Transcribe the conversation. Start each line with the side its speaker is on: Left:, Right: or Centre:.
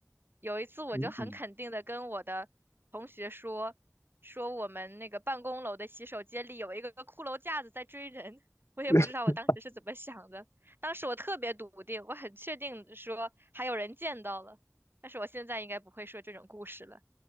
Right: 有一次，我就很肯定的跟我的同学说，
Left: 嗯嗯，
Right: 说我们那个办公楼的洗手间里有一个骷髅架子在追人。我也不知道我当时是怎么想的。
Left: <laughs>
Right: 当时我特别笃定，我很确定地说还有人见到了，但是我现在应该不会说这种故事了。